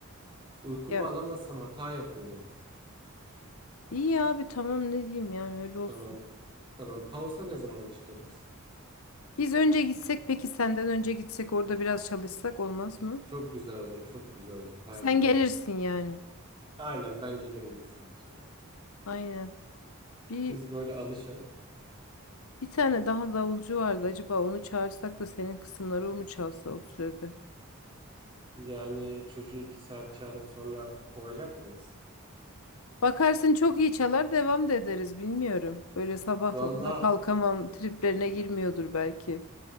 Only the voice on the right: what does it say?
Uykumu
alamazsam hata yapıyorum.
Tamam. Tamam. Pausa ne zaman çıkarız?
Çok güzel olur. Çok güzel olur. Bayağı
iyi
olur.
Aynen ben gelirim 2 saat sonra.
Siz böyle alışın.
Yani çocuğu 2 saat çağırıp sonra kovacak mıyız?
Valla